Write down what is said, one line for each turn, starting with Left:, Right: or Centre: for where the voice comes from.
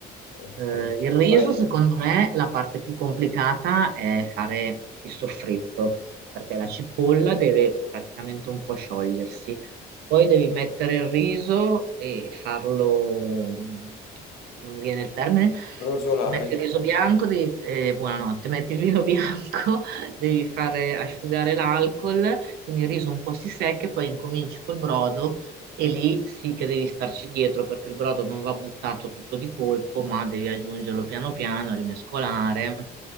Left: Ok,
Right: Eh,
Left: quindi
Right: il riso,
Left: fai
Right: secondo me, la parte più complicata è fare il soffritto, perché la cipolla deve praticamente un po' sciogliersi poi devi mettere il riso e farlo, non mi viene il termine,
Left: rosolari.
Right: metti il riso bianco, devi- eh, buonanotte, metti il vino bianco, <laughs> devi fare asciugare l'alcol, quindi il riso un po' si secca e poi incominci col brodo e lì sì che devi starci dietro perché il brodo non va buttato tutto di colpo, ma devi aggiungerlo piano piano, rimescolare